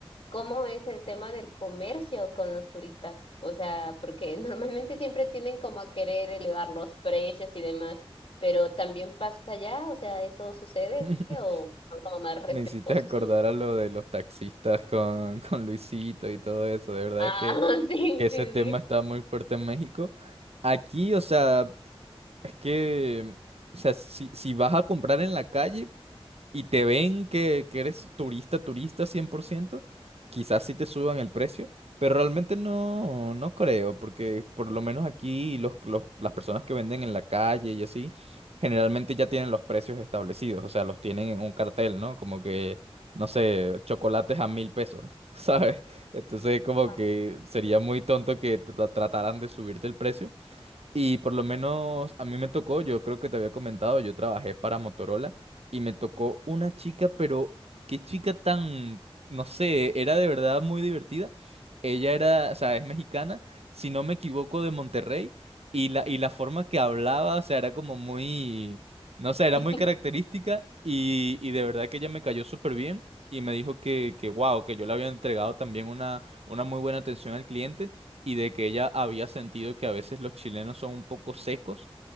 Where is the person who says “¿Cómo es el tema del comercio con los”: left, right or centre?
Left